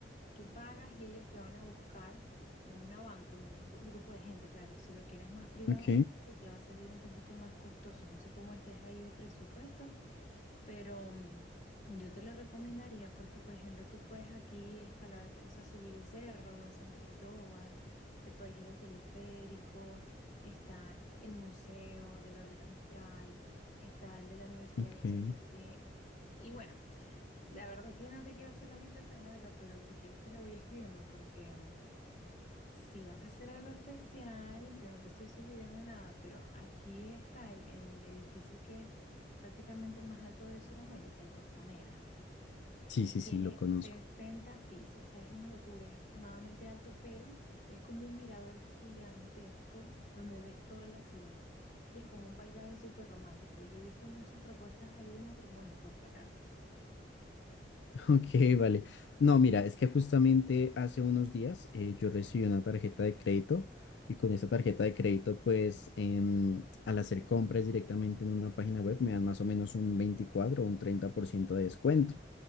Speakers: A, on the left; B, on the left.
A: tú pagas y ellos te van a buscar. En una van con un gru- grupo de gente, claro. Si lo quieres más privado,
B: ok,
A: es- sí te va a salir un poquito más costoso. No sé cómo estés ahí de presupuesto, pero mm, yo te lo recomendaría porque, por ejemplo, tú puedes aquí escalar, o sea, subir el cerro, el San Cristóbal, te puedes ir al teleférico, está el museo de Gabriela Mistral, está el de la Universidad
B: ok.
A: de Chile. Y bueno, la verdad es que no te quiero hacer la lista tan larga, pero si quieres te la voy escribiendo porque... mm, si vas a hacer algo especial, que no te estoy sugiriendo nada, pero aquí está el, el edificio que es prácticamente el más alto de Sudamérica, el Costanera.
B: Sí, sí,
A: Tiene
B: sí, lo conozco.
A: 60 pisos, o sea, es una locura, es extremadamente alto, pero es como un mirador gigantesco donde ves toda la ciudad. Y es como un paisaje súper romántico. Yo he visto muchas propuestas ahí de matrimonio, por si acaso.
B: <laughs> Ok, vale. No, mira, es que justamente hace unos días eh, yo recibí una tarjeta de crédito y con esa tarjeta de crédito, pues em, al hacer compras directamente en una página web me dan más o menos un 24 o un 30% de descuento.